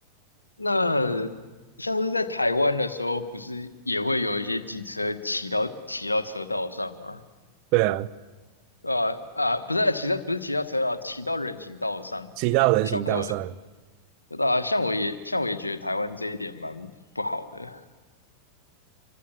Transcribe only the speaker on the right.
对啊，
骑到人行道上。